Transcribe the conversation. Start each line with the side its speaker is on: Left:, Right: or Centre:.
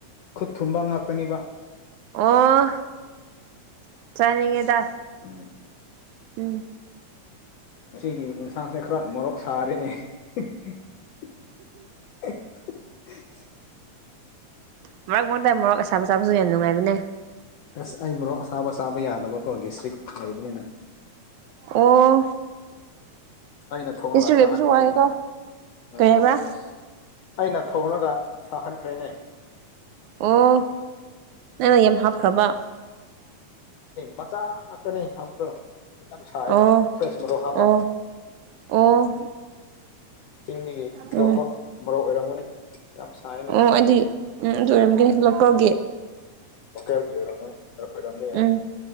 Left: ꯈꯨꯠ ꯊꯨꯝꯕ ꯉꯥꯛꯇꯅꯤꯕ
Right: ꯑꯣ ꯆꯥꯅꯤꯡꯉꯦꯗ
Left: ꯎ
Right: ꯎꯝ
Left: ꯁꯤꯒꯤ ꯏꯟꯁꯥꯡꯁꯦ ꯈꯔ ꯃꯣꯔꯣꯛ ꯁꯥꯔꯤꯅꯦ <unintelligible>
Right: ꯃꯣꯔꯛ ꯃꯣꯏ ꯇ ꯃꯣꯔꯛ ꯑꯁꯥꯕ ꯆꯥꯁꯨ ꯅꯨꯡꯉꯥꯏ ꯃꯅꯦ
Left: ꯑꯁ ꯑꯩ ꯃꯔꯣꯛ ꯑꯁꯥꯕ ꯑꯁꯥꯕ ꯌꯥꯗꯕꯀꯣ ꯗꯤꯁꯇ꯭ꯔꯤꯛ ꯂꯩꯕꯅꯤꯅ
Right: ꯑꯣ
Left: ꯑꯩꯅ ꯊꯣꯡꯂꯒ
Right: ꯏꯁꯇ꯭ꯔꯤ
Left: ꯁꯥꯍꯅꯤ
Right: ꯂꯩꯕꯁꯨ
Left: ꯀꯩꯅꯩ
Right: ꯋꯥꯏꯀꯣ ꯀꯔꯤ
Left: ꯎ
Right: ꯍꯥꯏꯕ꯭ꯔꯥ
Left: ꯑꯁ ꯑꯩꯅ ꯊꯣꯡꯂꯒ ꯁꯍꯟ ꯐꯅꯦ
Right: ꯑꯣ ꯅꯪꯅ ꯌꯥꯝ ꯍꯥꯞꯈ꯭ꯔꯕ
Left: ꯃꯆꯥꯥ ꯃꯥꯅꯦꯅꯤ ꯍꯥꯞꯗ ꯌꯥꯝ ꯁꯥꯥꯏꯕ
Right: ꯑꯣ
Left: ꯐ꯭ꯔꯦꯁ ꯃꯔꯣꯛ ꯍꯥꯞꯄ
Right: ꯑꯣ ꯑꯣ
Left: ꯆꯤꯡꯒꯤ
Right: ꯎꯝ
Left: ꯑꯂꯛꯄ ꯃꯔꯨ ꯑꯣꯏꯔꯝꯒꯅꯤ ꯌꯥꯝ ꯁꯥꯏꯅꯤ
Right: ꯑꯣ ꯑꯗꯨꯏ ꯎꯝ ꯑꯗꯨ ꯑꯣꯏꯔꯝꯒꯦꯂ ꯀꯧꯒꯦ
Left: ꯑꯣꯀꯦꯂꯣꯏꯄꯔꯗ ꯌꯥ
Right: ꯎꯝ